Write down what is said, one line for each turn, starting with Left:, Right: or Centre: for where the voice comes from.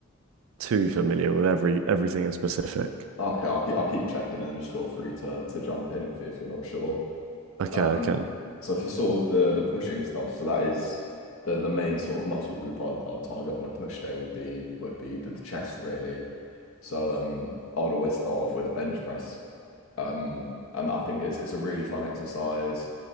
Right: too familiar with every everything in specific.
Left: Okay, I'll keep I'll keep checking and then just feel free to to jump in if if you're not sure.
Right: Okay,
Left: Um,
Right: okay.
Left: so for sort of the the pushing stuff, so that is the the main sort of muscle group I'd I'd target on a push day would be would be the, the chest really. So um, I would always start off with a bench press. Um, and I think it's it's a really fun exercise.